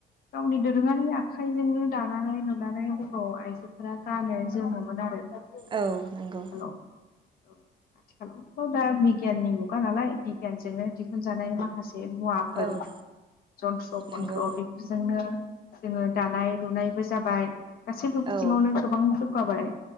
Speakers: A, on the left; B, on the right.
A: गावनि दोरोङारि आखाइजोंनो दानानै लुनानै बर' आइजोफोरा गानो जोमोमोन आरो।
B: औ
A: आथिखालाव
B: नोंगौ।
A: औ आथिखालावथ दा बिगियाननि मुगा नालाय बिगियानजोंनो दिहुनजानाय माखासे मुवाफोर
B: औ
A: जन्थ्र
B: नंगौ
A: पन्त्र बेफोरजोंनो जोङो दानाय लुनायबो जाबाय। गासैबो
B: औ
A: बिथिङावनो गोबां जौगाबाय।